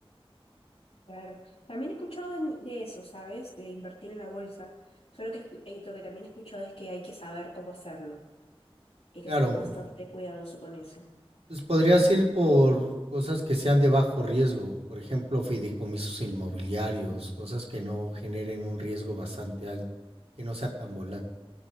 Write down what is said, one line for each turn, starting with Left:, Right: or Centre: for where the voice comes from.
Left: Claro. También he escuchado en- de eso, ¿sabes? De invertir en la bolsa. Solo que escu- eh, lo que también he escuchado es que hay que saber cómo hacerlo. Hay que
Right: Claro,
Left: ser bastante
Right: mm,
Left: cuidadoso con eso.
Right: pues podrías ir por cosas que sean de bajo riesgo. Por ejemplo, fideicomisos inmobiliarios, cosas que no generen un riesgo bastante alto, que no sea tan volátil.